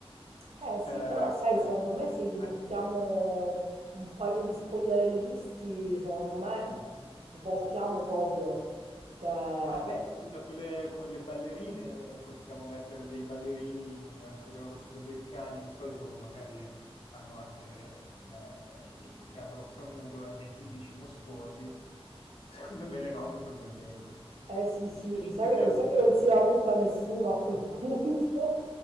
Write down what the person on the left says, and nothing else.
eh,
<laughs>
Ah, beh, scusa, con le, con le ballerine possiamo mettere dei ballerini anche loro sudamericani, di solito magari stanno anche in, eh, i- a dorso nudo, hanno dei fisici mostruosi. <laughs> Secondo me le nonne sono contente.
<laughs> Ci
togliamo
il
problema.